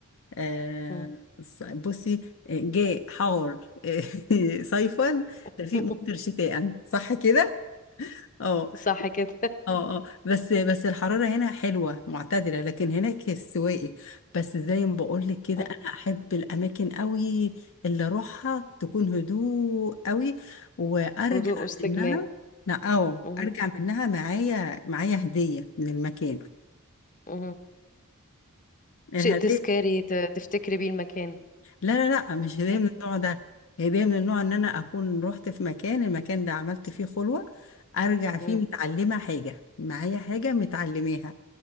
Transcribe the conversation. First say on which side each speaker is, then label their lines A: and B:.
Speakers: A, on the left (about 60°); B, on the left (about 35°).
A: آه،
B: مم.
A: بصي آه، جاء حار <laughs> صيفا
B: <laughs>
A: دفيق ممطر شتاء صح كده اه
B: صح كده
A: اه اه بس بس الحرارة هنا حلوة معتدلة لكن هناك السواقي بس زي ما بقول لك كده
B: مم.
A: انا احب الاماكن قوي اللي اروحها تكون هدوء قوي وارجع
B: هدوء واستجمام
A: منها لا او
B: مم،
A: ارجع منها معايا معايا هدية من المكان
B: مم.
A: الهدية
B: شيء تذكاري ت- تفتكري بيه المكان
A: لا لا لا مش هدية
B: مم،
A: من النوع ده هدية من النوع ان انا اكون رحت في مكان المكان ده عملت فيه خلوة ارجع فيه
B: مم.
A: متعلمة حاجة معايا حاجة متعلماها